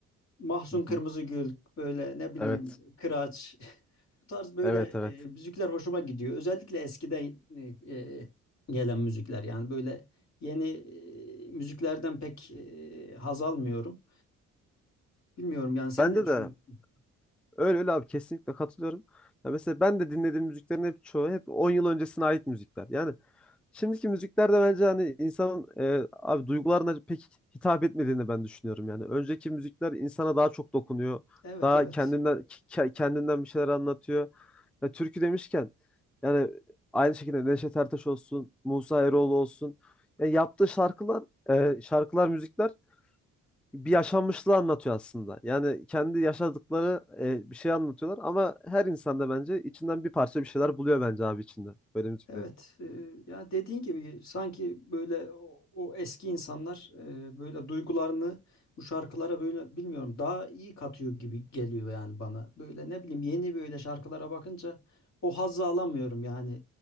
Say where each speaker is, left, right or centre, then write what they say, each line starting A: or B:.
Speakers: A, on the left; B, in the centre.
A: Mahsun
B: Hı
A: Kırmızıgül
B: hı.
A: böyle ne bileyim
B: evet.
A: Kıraç <laughs> bu tarz böyle
B: Evet
A: e,
B: evet.
A: müzikler hoşuma gidiyor. Özellikle eskiden e, e, gelen müzikler yani böyle yeni e, müziklerden pek e, haz almıyorum. Bilmiyorum yani sen
B: Bende
A: ne düşünüyorsun?
B: de Öyle öyle abi kesinlikle katılıyorum. Ya mesela ben de dinlediğim müziklerin hep çoğu hep 10 yıl öncesine ait müzikler. Yani şimdiki müzikler de bence hani insanın e, abi duygularına pek hitap etmediğini ben düşünüyorum yani. Önceki müzikler insana daha çok dokunuyor.
A: Evet
B: Daha
A: evet.
B: kendinden ke- kendinden bir şeyler anlatıyor. Ya türkü demişken yani aynı şekilde Neşet Ertaş olsun, Musa Eroğlu olsun. Yani yaptığı şarkılar, e, şarkılar, müzikler bir yaşanmışlığı anlatıyor aslında. Yani kendi yaşadıkları e, bir şey anlatıyorlar ama her insan da bence içinden bir parça bir şeyler buluyor bence abi içinde böyle müziklerin.
A: Evet, e, ya dediğin gibi sanki böyle o, o eski insanlar e, böyle duygularını bu şarkılara böyle bilmiyorum daha iyi katıyor gibi geliyor yani bana. Böyle ne bileyim yeni böyle şarkılara bakınca o hazzı alamıyorum yani